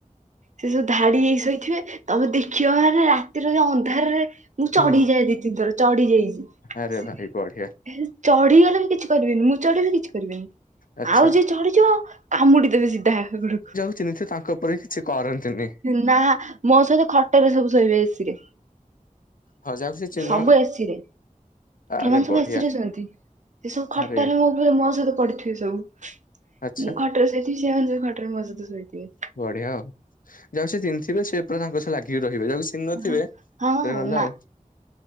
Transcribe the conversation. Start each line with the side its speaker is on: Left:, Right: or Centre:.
Right: ସେ ସବୁ ଧାଡି ହେଇ ସୋଇଥିବେ ତମେ ଦେଖିବ ମାନେ ରା ଅନ୍ଧାରରେ ମୁଁ ଚଢିଯାଏ
Left: ହୁଁ
Right: ଦିଇ ତିନିଥର ଚଢି ଯାଇଚି।
Left: ଆରେ ଭାଇ ବଢିଆ
Right: ଚଢିଗଲେ ବି କିଛି କରିବିନି ମୁଁ ଚଢିବି କିଛି କରିବିନି।
Left: ଆଚ୍ଛା।
Right: ଆଉ ଯିଏ ଚଢିଯିବ କାମୁଡିଦେବେ ସିଧା ଗୋଡକୁ।
Left: ଚିନିତି ତାଙ୍କ ଉପରେ କିଛି କରନ୍ତିନି।
Right: ନା ମୋ ସହିତ ଖଟରେ ସବୁ ଶୋଇବେ।
Left: ହଁ ଯାହାକୁ ସେ ଚିହ୍ନ
Right: ସବୁ ଏସି ରେ
Left: ଆରେ
Right: ଏମାନେ ସବୁ
Left: ବଢିଆ
Right: ଏସିରେ ସୁଅନ୍ତି, ଏ ସବୁ ଖଟରେ
Left: ଆରେ
Right: ମୋ ଉପରେ ମୋ ସହିତ ପଡିିଥିବେ ସବୁ।
Left: ଆଚ୍ଛା
Right: ମୁଁ ଖଟରେ ଶୋଇଥିବି ସେମାନେ ସବୁ ଖଟରେ ମୋ ସହିତ ଶୋଇଥିବେ।
Left: ବଢିଆ ଆଉ, ଯାହାକୁ ସେ ଚିହ୍ନିଥିବେ ସେ ପୁରା ତାଙ୍କ ସହ ଲାଗିକି ରହିବେ, ଯାଉ ସେ ଚିହ୍ନି ନଥିବେ
Right: ହଁ
Left: ସେମା
Right: ହଁ ନା
Left: ଆଉ